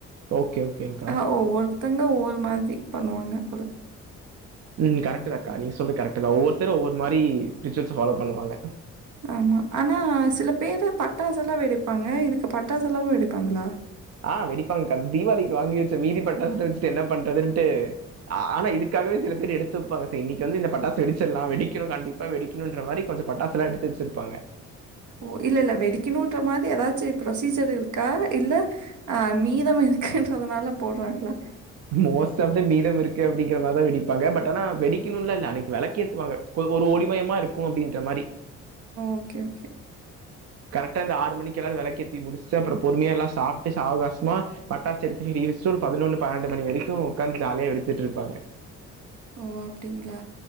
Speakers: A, on the right; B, on the right.
A: ஓகே ஓகேங்
B: ஆ ஒவ்வொருத்தவங்க ஒவ்வொரு மாதி பண்ணுவாங்க போல
A: ம் கரெக்ட்டு தாக்கா நீங் சொல்றது கரெக்ட்டுதா ஒவ்வொருத்தர் ஒவ்வொரு மாரி ரிச்சுவல்ஸ ஃபாலோ பண்ணுவாங்க
B: ஆமா ஆனா சில பேரு பட்டாசு எல்லா வெடிப்பாங்க இதுக்கு பட்டாசு எல்லாமு வெடிப்பாங்களா
A: ஆ வெடிப்பாங்காங்கக்கா அது தீபாவளிக்கி வாங்கி வச்ச மீதி பட்டாசு வச்சுட்டு என்ன பண்றதுன்ட்டு ஆனா இதுக்காகவே சில பேரு எடுத்து வப்பாங்க சேரி இன்னைக்கு வந்து இந்த பட்டாச வெடிச்சிட்லாம் வெடிக்கணு கண்டிப் பா வெடிக்கணுன்ற மாரி கொஞ்ச பட்டாசெல்லா எடுத்து வச்சிருப்பாங்க
B: ஓ இல்லல்ல வெடிக்கணுன்ற மாரி ஏதாச்சு ப்ரொசீஜர் இருக்கா இல்ல ஆ மீதம் இருக்குன்றதுனால போட்றாங்களா
A: மோஸ்ட் ஆஃப் த மீதம் இருக்கு அப்டிங்கிற மாரிதா வெடிப்பாங்க பட் ஆனா வெடிக்கணும்லா இல்ல அன்னைக்கு வெளக்கு ஏத்துவாங்க ஒரு ஒளிமயமா இருக்கு அப்டின்ற மாரி
B: ஓகே ஓகே
A: கரெக்டா இந்த ஆறு மணிக்கு எல்லாரு வெளக்கேத்தி முடிச்சுட்டு அப்புற பொறுமையா எல்லா சாப்ட்டு சாவுகாசமா பட்டாசு எடுத்து வெளிய வச்சிட்டு ஒரு பதினொன்னு பன்னெண்டு மணி வரைக்கு உக்காந்து ஜாலியா வெடிச்சிட்டு இருப்பாங்க
B: ஓ அப்டிங்களா